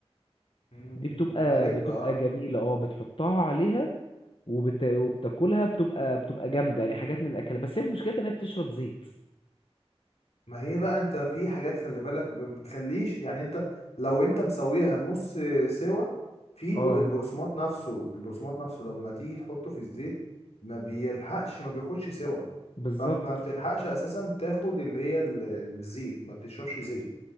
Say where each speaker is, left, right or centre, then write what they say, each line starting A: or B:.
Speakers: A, on the left; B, on the left.
A: م- م-
B: دي بتبقى
A: م، عارفها
B: بتبقى
A: اه
B: جميله اه بتحطها عليها وبت... وبتاكلها بتبقى بتبقى جامده يعني حاجات من الاكل بس هي مشكلتها ان هي بتشرب زيت
A: ما هي بقى انت في حاجات خلي بالك ب- ما بتخليش يعني انت لو انت مسويها نص سوا في
B: اه
A: ب- البقسماط نفسه البقسماط نفسه لما تيجي تحطه في الزيت ما بيلحقش ما بياخدش سوا
B: بالظبط
A: فما بتلحقش اساسا تاخد اللي هي ال- الزيت ما بتشربش زيت